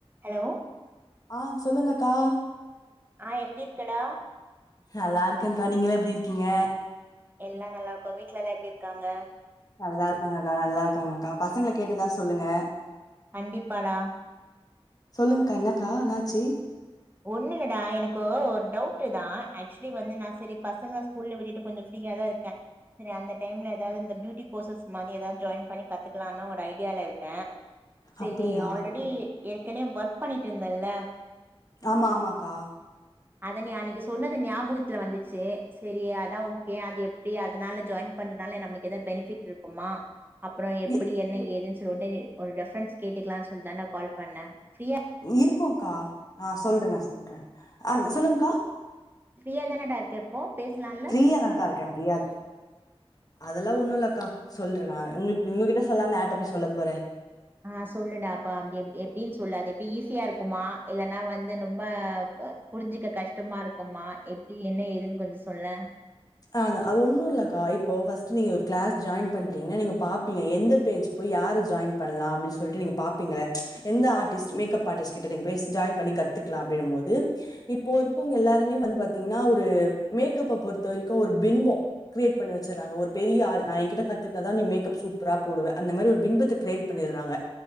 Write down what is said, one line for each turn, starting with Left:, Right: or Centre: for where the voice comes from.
Right: Hello
Left: ஆஹ் சொல்லுங்கக்கா
Right: ஆஹ் எப்டி இருக்கடா
Left: நல்லா இருக்கன்க்கா நீங்களா எப்டி இருக்கீங்க
Right: எல்லா நல்லா இருக்கூ வீட்டுலலா எப்டி இருக்காங்க
Left: நல்லா இருக்காங்கக்கா நல்லா இருக்காங்கக்கா பசங்கள கேட்டதா சொல்லுங்க
Right: கண்டிப்பாடா
Left: சொல்லுங்க்கா என்னக்கா என்னாச்சு
Right: ஒண்ணு இல்லடா எனக்கு ஒரு டவுட்டு தான் ஆக்சுவலி வந்து நான் செரி பசங்க ஸ்கூல்ல விட்டுட்டு கொஞ்சோ ஃப்ரீயா தான் இருக்கே செரி அந்த டைம்ல எதாவது இந்த பியூட்டி கோர்சஸ் மாரி எதாவது ஜாயின் பண்ணி கத்துக்கலான்னு ஒரு ஐடியால இருக்கே செரி
Left: அப்டியா
Right: நீ ஆல்ரடி எரு கனே ஒர்க் பண்ணிட்டு இருந்தல்ல
Left: ஆமா ஆமாக்கா
Right: அத நீ அன்னைக்கு சொன்னத ஞாபகத்துல வந்துச்சு செரி அதான் ஓகே அது எப்டி அதனால ஜாயின் பண்றனால நமக்கு எதா பெனிஃபிட் இருக்குமா அப்பறோ எப்டி
Left: இ
Right: என்ன ஏதுனு ஒடனே ஒரு ரெபரன்ஸ் கேட்டுக்கலான்னு சொல்லி தான்டா கால் பண்ணே ஃபிரி
Left: இருக்கூ க்கா ஆஹ் சொல்றே சொல்றே ஆஹ் சொல்லுங்க்கா
Right: ஃப்ரீயா தானடா இருக்க இப்போ பேசலால்ல
Left: ஃப்ரீயா தான்க்கா இருக்கே ஃப்ரீயா அதெல்லா ஒண்ணு இல்லக்கா சொல்றே நான் உங்களுக்கு உங்ககிட்ட சொல்லாம யார்ட்ட போய் சொல்ல போறே
Right: ஆஹ் சொல்லுடா அப்பா எப் எப்டின்னு சொல்லு அது எப் டி ஈஸியா இருக்குமா இல்லைன்னா வந்து ரொம்ப புரிஞ்சிக்க கஷ்டமா இருக்குமா எப்டி என்ன ஏதுன்னு கொஞ்சோ சொல்லே
Left: ஆஹ் அதான் அது ஒன்னுல்லக்கா இப்போ‌ ஃபர்ஸ்ட் நீங்க ஒரு கிளாஸ் ஜாயின் பண்றீங்க நீங்க பாப்பீங்க எந்த பேஜ் போய் யாரு ஜாயின் பண்ணலா அப்டின்னு சொல்லிட்டு நீங்க பாப்பீங்கள எந்த ஆரிஸ்ட் மேக்கப் ஆரிஸ்ட் கிட்ட நீங்க போய் ஜாயின் பண்ணி கத்துக்கலா அப்டின்னு மோது இப்போ இருக்கவங்க எல்லாருமே வந்து பாத்தீங்கன்னா ஒரு மேக்கப்ப பொரு தவரிக்கும் ஒரு பின்பம் கிரேட் பண்ணி வச்சறாங்க ஒரு பெரிய ஆள் நான் என்கிட்ட கத்துக்கிட்டதான் நீ மேக்கப் சூப்பரா போடுவ அந்த மாரி ஒரு பிம்பத்த கிரேட் பண்ணிடுறாங்க